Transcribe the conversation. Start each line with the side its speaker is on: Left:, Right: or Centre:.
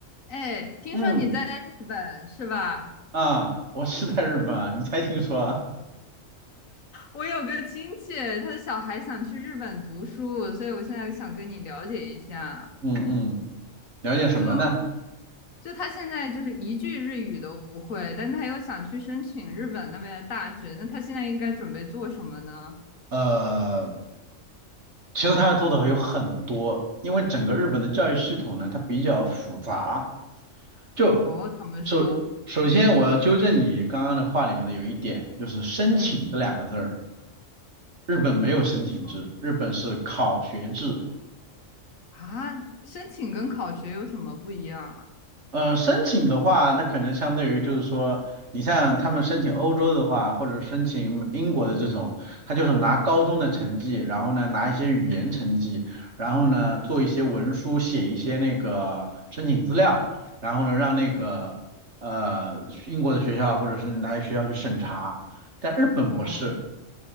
Left: 哎，听说你在日本是吧？
Right: 嗯 <laughs> 啊，我是在日本啊，你才听说啊？
Left: 我有个亲戚，他的小孩想去日本读书，所以我现在想跟你了解一下。
Right: 嗯嗯，了解什么呢？
Left: 就就他现在就是一句日语都不会，但他又想去申请日本那边的大学，那他现在应该准备做什么呢？
Right: 呃，其实他要做的还有很多，因为整个日本的教育系统呢，它比较复杂。就
Left: 哦，怎么说？
Right: 首首先我要纠正你刚刚的话里面的有一点，就是申请这两个字儿，
Left: 嗯，
Right: 日本没有申请制，
Left: 说
Right: 日本是考学制。
Left: 啊，申请跟考学有什么不一样啊？
Right: 呃，申请的话，他可能相对于就是说，你像他们申请欧洲的话，或者申请英国的这种，他就是拿高中的成绩，然后呢拿一些语言成绩，然后呢做一些文书，写一些那个申请资料，然后呢让那个呃英国的学校或者是哪些学校去审查。但日本不是，
Left: 哦，